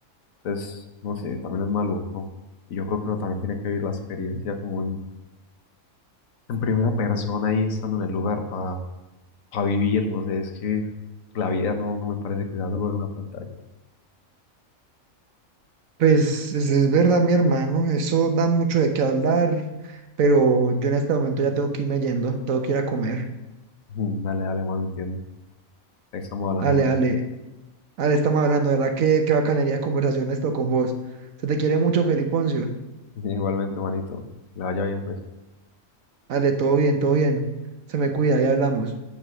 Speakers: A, on the left; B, on the right.
A: Entonces, no sé, también es maluco. Y yo creo que uno también tiene que vivir la experiencia como en, en primera persona ahí estando en el lugar para vivir, no sé, es que la vida no, no me parece que sea solo en una pantalla.
B: Pues es, es verdad, mi hermano, eso da mucho de qué hablar, pero yo en este momento ya tengo que irme yendo, tengo que ir a comer.
A: <laughs> Dale, dale, mano, entiendo. Ahí estamos hablando,
B: Ale,
A: pues.
B: ale, ale, estamos hablando, de verdad, qué, qué bacanería de conversación esto con vos. Se te quiere mucho, Feliponcio.
A: <laughs> Igualmente, manito. Que le vaya bien, pues.
B: Ale, todo bien, todo bien. Se me cuida, ya hablamos.